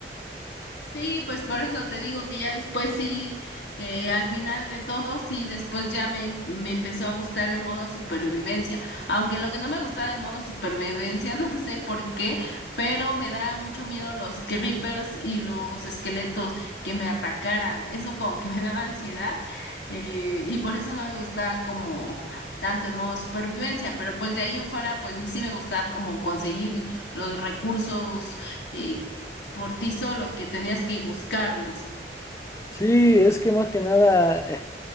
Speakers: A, on the left; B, on the left.
A: Sí, pues por eso te digo que ya después sí, eh, al final de todo, sí, después ya me, me empezó a gustar el modo supervivencia. Aunque lo que no me gustaba del modo supervivencia, <laughs> no sé por qué, pero me daban mucho miedo los creepers y los esqueletos que me atacaran. Eso como que <laughs> me daba ansiedad eh, y por eso no me gustaba como tanto el modo supervivencia. Pero pues de ahí en fuera, pues sí me gustaba como conseguir los recursos. eh, por ti solo que tenías que buscarlos.
B: Sí, es que más que nada